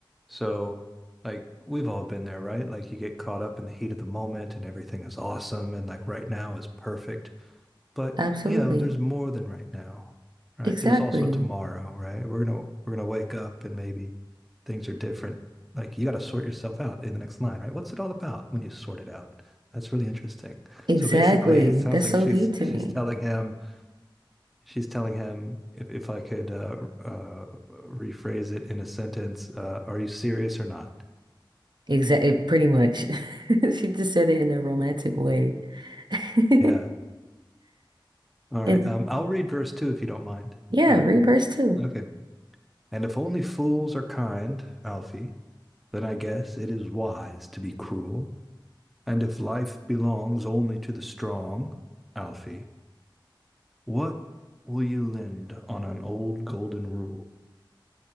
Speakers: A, in the centre; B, on the right.
A: So, like, we've all been there, right? Like, you get caught up in the heat of the moment and everything is awesome and like right now is perfect. But,
B: Absolutely.
A: you know, there's more than right now, right?
B: Exactly.
A: There's also tomorrow, right? We're gonna we're gonna wake up and maybe things are different. Like, you got to sort yourself out in the next line, right? What's it all about when you sort it out? That's really interesting.
B: Exactly.
A: So basically, it sounds
B: That's
A: like
B: so
A: she's
B: deep to
A: she's
B: me.
A: telling him She's telling him, if if I could uh, uh, rephrase it in a sentence, uh, are you serious or not?
B: Exactly. Pretty much. <laughs> She just said it in a romantic way. <laughs>
A: Yeah. All
B: And
A: right. Um, I'll read verse two if you don't mind.
B: yeah,
A: Uh,
B: reverse too.
A: okay. And if only fools are kind, Alfie, then I guess it is wise to be cruel. And if life belongs only to the strong, Alfie, what will you lend on an old golden rule?